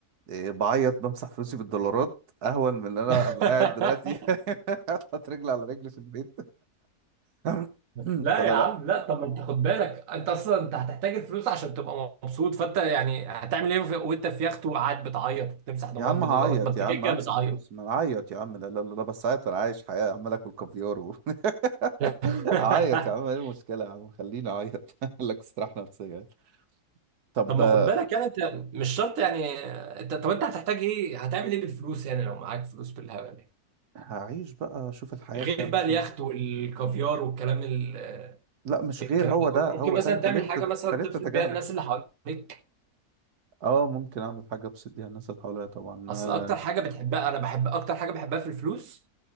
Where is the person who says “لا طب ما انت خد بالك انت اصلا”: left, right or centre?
Right